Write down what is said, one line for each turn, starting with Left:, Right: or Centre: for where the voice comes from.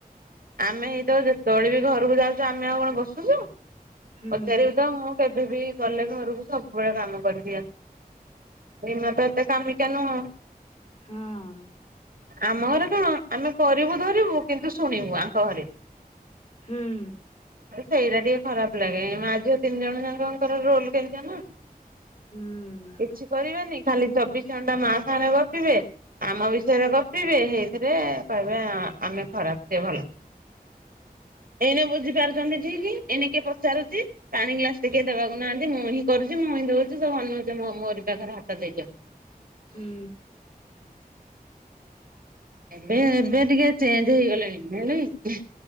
Right: ଆମେ ଏଇତ ଯେତବେଳେ ବି ଘରକୁ ଯାଉଚୁ ଆମେ ଆଉ କଣ ବସୁଚୁ।
Left: ହୁଁ
Right: ପଚାରିବୁତ ମୁଁ କେବେବି ଗଲେ ଘରୁକୁ ସବୁବେଳେ କାମ କରିଦିଏ। ବିମା ତ ଏତେ କାମିକିଆ ନୁହଁ।
Left: ହଁ।
Right: ଆମ ଘରେ କଣ ଆମେ କରିବୁ ଧରିବୁ କିନ୍ତୁ ଶୁଣିବୁ ଆଙ୍କ ଘରେ।
Left: ହୁଁ।
Right: ସେଇଟା ଟିକେ ଖରାପ୍ ଲାଗେ ମା, ଝିଅ ତିନି ଜଣ ଜାଙ୍କଙ୍କର ରୋଲ କେମିତିଆନା।
Left: ହୁଁ
Right: କିଛି କରିବେନି ଖାଲି ଚବିଶ ଘଣ୍ଟା ମା ସାଙ୍ଗରେ ଗପିବେ। ଆମ ବିଷୟରେ ଗପିବେ ସେଇଥିରେ କହିବେ ଆମେ ଖରାପ ସିଏ ଭଲ। ଏଇନେ ବୁଝି ପାରୁଚନ୍ତି ଠିକ୍। ଏଇନେ କିଏ ପଚାରୁଚି ପାଣି ଗ୍ଲାସଟିଏ କିଏ ଦେବାକୁ ନାହାନ୍ତି ମୁଁ ହିଁ କରୁଚି ମୁଁ ହିଁ ଦଉଚି ସବୁ ଅନଉଚନ୍ତି ମୋ ମୁଅରେ। ତାଖରା ହାତ ଦେଇଚ।
Left: ହୁଁ।
Right: ଏବେ ଏବେ ଟିକେ ଚେଞ୍ଜ ହେଇଗଲେଣି ଜାଣିଲକି।